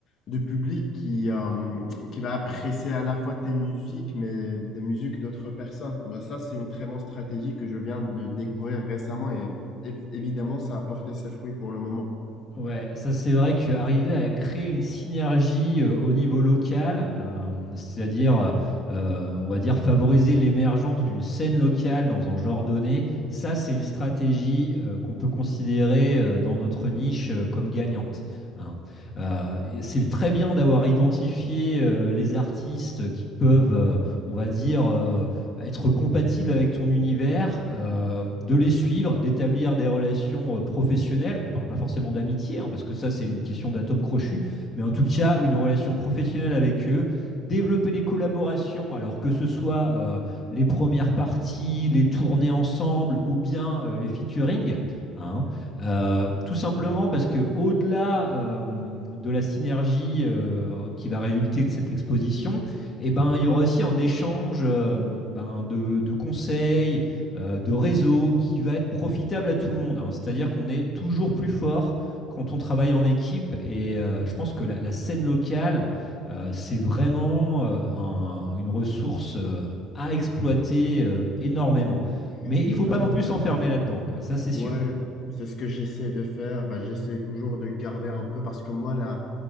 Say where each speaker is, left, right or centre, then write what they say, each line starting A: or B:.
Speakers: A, on the left; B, on the left.
A: de public qui, euh, qui va apprécier à la fois tes musiques, mais des musiques d'autres personnes. Bah, ça, c'est une très bonne stratégie que je viens de découvrir récemment et, et évidemment, ça a porté ses fruits pour le moment.
B: Ouais, ça c'est vrai qu'arriver à créer une synergie euh, au niveau local, euh, c'est-à-dire, euh, euh, on va dire, favoriser l'émergence d'une scène locale dans un genre donné, ça c'est une stratégie euh, qu'on peut considérer euh, dans notre niche euh, comme gagnante. hein. Euh, et c'est très bien d'avoir identifié euh, les artistes qui peuvent, euh, on va dire, euh, être compatible avec ton univers, euh, de les suivre, d'établir des relations euh, professionnelles. On ne parle pas forcément d'amitié, hein, parce que ça, c'est une question d'atome crochu, mais en tout cas, une relation professionnelle avec eux, développer les collaborations, alors que ce soit euh, les premières parties, les tournées ensemble ou bien euh, les featuring. hein. Euh, tout simplement parce que au-delà euh, de la synergie euh, qui va résulter de cette exposition, et ben, il y aura aussi un échange euh, ben, de, de conseils, euh, de réseaux qui va être profitable à tout le monde. hein. C'est-à-dire qu'on est toujours plus fort quand on travaille en équipe. Et euh, je pense que la, la scène locale, euh, c'est vraiment euh, un- une ressource euh, à exploiter euh, énormément.
A: Oui,
B: Mais
A: Je suis
B: il faut
A: vraiment
B: pas non plus
A: d'accord.
B: s'enfermer là-dedans, quoi. Ça, c'est sûr.
A: Ouais, c'est ce que j'essaie de faire. Bah, j'essaie toujours de garder un peu parce que moi, la,